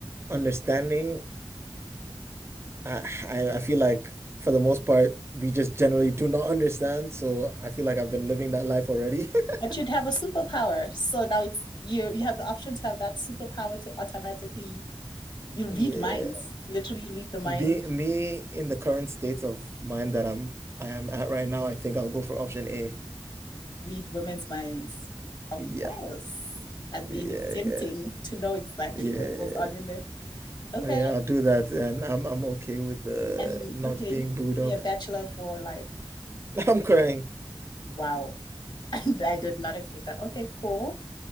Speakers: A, on the right (about 30°); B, on the left (about 50°).
A: understanding, I, I, I feel like for the most part, we just generally do not understand, so I feel like I've been living that life already. <laughs>
B: But you'd have a superpower. So now it's you you have the option to have that superpower to automatically you read
A: Yeah.
B: minds, literally read the mind,
A: Me, me in the current state of mind that I'm I am at right now, I think I'll go for option A.
B: read women's minds. Of
A: Yeah,
B: course. I mean,
A: yeah,
B: it's tempting
A: yeah,
B: to know exactly
A: yeah,
B: what goes on in there. Okay.
A: yeah. I'll do that, and I'm I'm okay with the
B: And
A: not
B: okay,
A: being booed
B: be
A: up.
B: a bachelor for life.
A: <laughs> I'm crying.
B: Wow. <laughs> I did not expect that. Okay, cool.